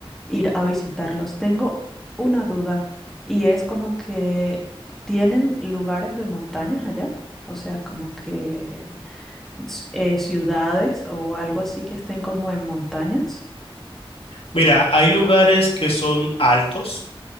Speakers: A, in the centre; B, on the left.
A: ir a visitarlos. Tengo una duda y es como que tienen lugares de montañas allá. O sea, como que ci- eh, ciudades o algo así que estén como en montañas.
B: Mira, hay lugares que son altos.